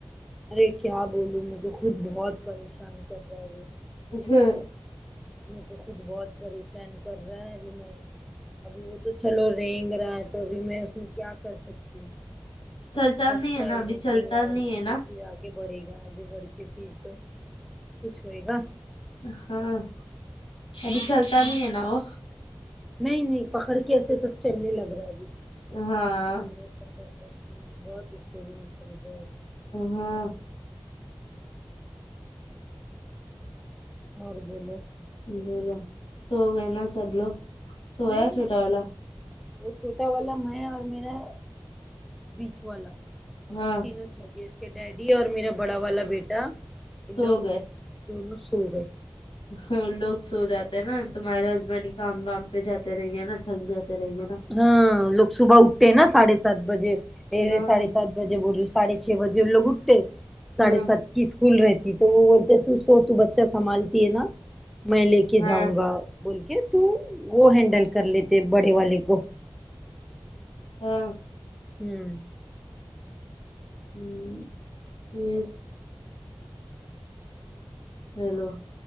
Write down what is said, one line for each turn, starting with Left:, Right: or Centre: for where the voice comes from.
Centre: ارے کیا بولوں میر کو خود بہت پریشان کر رہا وہ
Left: <unintelligible> ابھی
Centre: میں تو خود بہت پریشان کر رہا ہے ابھی میں ابھی وہ تو چلو رینگ رہا ہے تو ابھی میں اس میں کیا کر سکتی ہوں
Left: چلتا
Centre: بچہ
Left: نہیں ہے نا ابھی
Centre: رینگیں
Left: چلتا
Centre: گا رینگ
Left: نہیں ہے
Centre: کے
Left: نا
Centre: پھر آگے بڑھے گا آگے بڑھ کے پھر تو کچھ ہوئے گا
Left: ہاں ابھی چلتا نہیں ہے نا وہ
Centre: نہیں نہیں پکڑ کے ایسے سب چلنے لگ رہا ہے
Left: ہاں
Centre: ابھی ہوں بہت اس کے بھی بہت ہوں
Left: ہاں
Centre: اور بولو
Left: بولو سو گئے نا سب لوگ سویا
Centre: نہیں
Left: چھوٹا والا
Centre: وہ چھوٹا والا میں اور میرا بیچ والا ہم
Left: ہاں
Centre: لوگ تینوں جگے اس کے ڈیڈی اور میرا بڑا والا بیٹا ان
Left: سو
Centre: لوگ دونوں سوگئے
Left: ہاں ان لوگ سو جاتے نا تمہارے ہسبینڈ کام وام پہ جاتے رہیں گے نا تھک جاتے رہیں گے نا
Centre: ہاں ان لوگ صبح اٹھتے ہیں نا ساڑھے سات بجے اے
Left: ہاں
Centre: ساڑھے سات بجے بول رہی ہوں ساڑھے چھ بجے ان لوگ اٹھتے ساڑھے
Left: ہاں
Centre: سات کی اسک کول رہتی ہے تو وہ بولتے تو سو تو بچہ سنبھالتی ہے نا میں لے کے
Left: ہاں
Centre: جاؤں گا بول کے تو وہ ہینڈل کر لیتے بڑے والے کو
Left: ہاں
Centre: ہوں
Left: ہوں <unintelligible> ہیلو